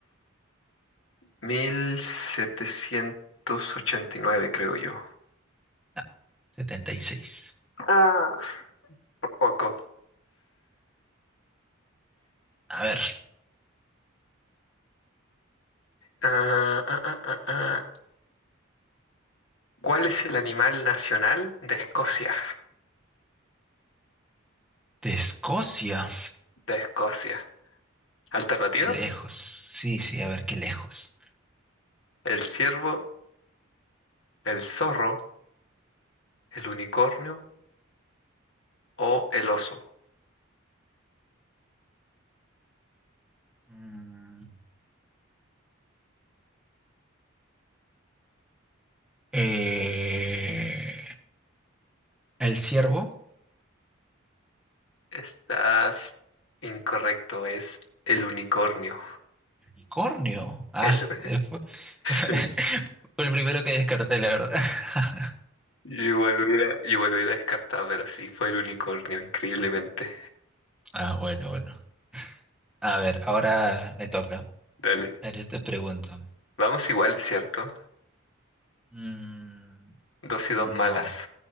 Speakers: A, on the left; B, in the centre.
A: 1789, creo yo.
B: No, 76.
A: Ah, Poco.
B: A ver,
A: Ah, ah, ah, ah, ah. ¿Cuál es el animal nacional de Escocia?
B: de Escocia.
A: De Escocia. ¿Alternativas?
B: Qué lejos. Sí, sí, a ver, qué lejos.
A: ¿El ciervo, el zorro, el unicornio o el oso?
B: Mm, eh, El ciervo,
A: Estás incorrecto, es el unicornio.
B: el unicornio. Ah,
A: <laughs> El-
B: eh, fue, <laughs> fue
A: el-
B: el primero que descarté, la verdad. <laughs>
A: yo igual lo hubiera, yo igual lo hubiera descartado, pero sí, fue el unicornio, increíblemente.
B: Ah, bueno, bueno. A ver, ahora me toca. A
A: Dale.
B: ver, yo te pregunto.
A: Vamos iguales, ¿cierto?
B: Mm,
A: Dos y
B: no,
A: dos malas.